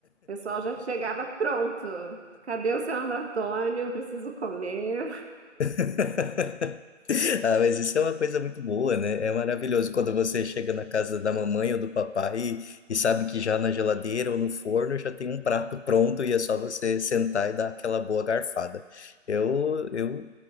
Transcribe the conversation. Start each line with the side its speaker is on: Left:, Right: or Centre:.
Right: pessoal já chegava pronto. Cadê o seu Antônio? Preciso comer.
Left: <laughs> Ah, mas isso é uma coisa muito boa, né? É maravilhoso quando você chega na casa da mamãe ou do papai e, e sabe que já na geladeira ou no forno já tem um prato pronto e é só você sentar e dar aquela boa garfada. Eu, eu